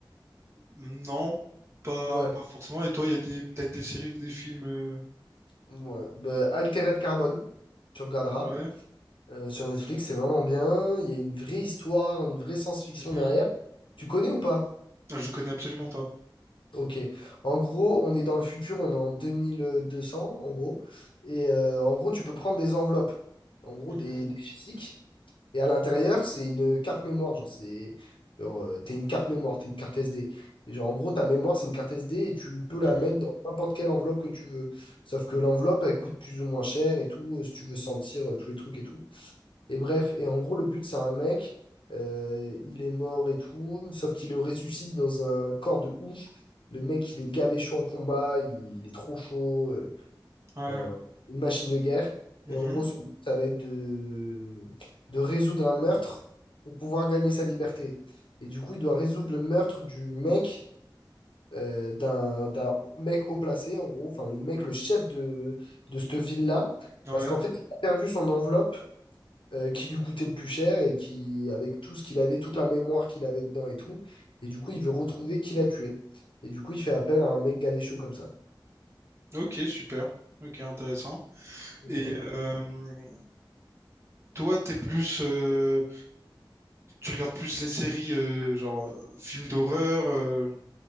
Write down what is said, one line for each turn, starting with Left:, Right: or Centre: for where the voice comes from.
Right: Non, pas,
Left: Ouais,
Right: pas forcément. Et toi, il y a des peut-être des séries ou des films. euh,
Left: ouais. Bah, Altered Carbone, tu regarderas.
Right: Ouais.
Left: euh, sur Netflix, c'est vraiment bien. Il y a une vraie histoire, une vraie science-fiction
Right: mhm.
Left: derrière. Tu connais ou pas?
Right: Ah, Je connais absolument pas.
Left: Ok. En gros, on est dans le futur, on est en 2200, en gros. Et euh, en gros, tu peux prendre des enveloppes, en gros,
Right: Mhm,
Left: des, des physiques. Et à l'intérieur, c'est une carte mémoire. Genre, c'est, genre, euh, t'es une carte mémoire, t'es une carte SD. Et genre, en gros, ta mémoire, c'est une carte SD et tu peux la
Right: mhm,
Left: mettre dans n'importe quelle enveloppe que tu veux. Sauf que l'enveloppe, elle coûte plus ou moins cher et tout, euh, si tu veux sentir euh, tous les trucs et tout. Et bref, et en gros, le but, c'est un mec, euh, il est mort et tout, sauf qu'il le ressuscite dans un corps de ouf. Le mec, il est gavé chaud en combat, il, il est trop chaud, euh,
Right: Ouais.
Left: enfin, une machine de guerre.
Right: mhm,
Left: Et en gros, son but, ça va être de, de résoudre un meurtre pour pouvoir gagner sa liberté. Et du coup, il doit résoudre le meurtre du mec, euh, d'un, d'un mec haut placé, en gros, enfin, le mec, le chef de, de cette ville-là,
Right: Ouais.
Left: parce qu'en fait, il a perdu son enveloppe euh, qui lui coûtait le plus cher et qui, avec tout ce qu'il avait, toute la mémoire qu'il avait dedans et tout. Et du coup, il veut retrouver qui l'a tué. Et du coup, il fait appel à un mec gavé chaud comme ça.
Right: Ok, super. Ok, intéressant.
Left: Voilà.
Right: Et euh, toi, t'es plus, euh, tu regardes plus les séries euh, genre euh, films d'horreur. euh,